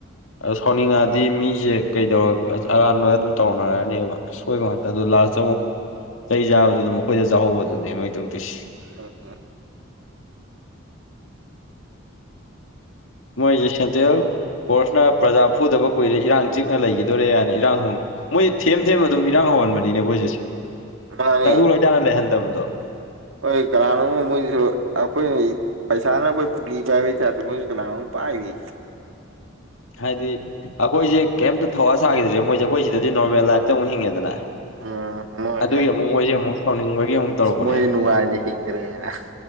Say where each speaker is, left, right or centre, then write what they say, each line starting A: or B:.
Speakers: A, on the left; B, on the right.
A: ꯑꯗ ꯁꯥꯎꯅꯤꯡꯉꯥꯗꯤ ꯃꯤꯁꯦ ꯀꯩꯗꯧꯔ ꯑꯔꯥꯟꯕ ꯑꯗꯨꯝ ꯇꯧꯅꯔꯛꯑꯅꯦꯕ ꯁꯣꯏꯕ ꯉꯥꯛꯇ ꯑꯗꯣ ꯂꯥꯁꯇ ꯑꯃꯨꯛ ꯆꯩ ꯆꯥꯕꯁꯨ ꯑꯗꯨꯝ ꯃꯈꯣꯏꯗ ꯆꯥꯍꯧꯕꯗꯨꯅꯦ ꯃꯣꯏ ꯇꯧꯗꯣꯏꯁꯤ꯫
B: ꯑꯣ <inaudible>
A: ꯃꯣꯏꯖꯦ ꯁꯦꯟꯇꯔꯦꯟ ꯏꯁꯄꯣꯔꯠꯁꯅ ꯄ꯭ꯔꯖꯥ ꯐꯨꯗꯕ ꯀꯨꯏꯔꯦ ꯏꯔꯥꯡ ꯆꯤꯛꯅ ꯂꯩꯈꯤꯗꯣꯔꯦ ꯍꯥꯏꯅ ꯏꯔꯥꯡ ꯍꯧꯅ__ ꯃꯣꯏꯁꯦ ꯊꯦꯝ ꯊꯦꯝ ꯑꯗꯨꯝ ꯏꯔꯥꯡ ꯍꯧꯍꯟꯕꯅꯤꯅꯦ ꯑꯩꯈꯣꯏꯁꯦ
B: ꯃꯥꯅꯦ
A: ꯇꯪꯗꯨ ꯂꯩꯇꯥꯅ ꯂꯩꯍꯟꯗꯕꯗꯣ
B: ꯍꯣꯏ ꯀꯅꯥꯅꯣꯝꯅ ꯃꯣꯏꯁꯨ ꯑꯩꯈꯣꯏꯅ ꯄꯩꯁꯥꯅ ꯑꯈꯣꯏ ꯄꯨꯛꯂꯤ ꯄꯥꯏꯕꯩ ꯇꯥꯏꯞꯇ ꯃꯣꯏꯖꯨ ꯀꯅꯥꯅꯣꯝ ꯄꯥꯏꯔꯤ
A: ꯍꯥꯏꯗꯤ ꯑꯩꯈꯣꯏꯁꯦ ꯀꯩꯝꯇ ꯊꯋꯥ ꯁꯥꯈꯤꯗ꯭ꯔꯦ ꯃꯣꯏꯁꯦ ꯑꯩꯈꯣꯏ ꯁꯤꯗꯗꯤ ꯅꯣꯔꯃꯦꯜ ꯂꯥꯏꯐꯇ ꯑꯃꯨꯛ ꯍꯤꯡꯉꯦꯗꯅ
B: ꯎꯝ ꯃꯣꯏ
A: ꯑꯗꯨꯒꯤ ꯑꯃꯨꯛ ꯃꯣꯏꯁꯦ ꯑꯃꯨꯛ ꯁꯥꯎꯅꯤꯡꯕꯒꯤ ꯑꯃꯨꯛ ꯇꯧꯔꯛꯄꯅꯦꯕ
B: ꯃꯣꯏ ꯅꯨꯡꯉꯥꯏꯅ ꯍꯤꯡꯈ꯭ꯔꯦꯅ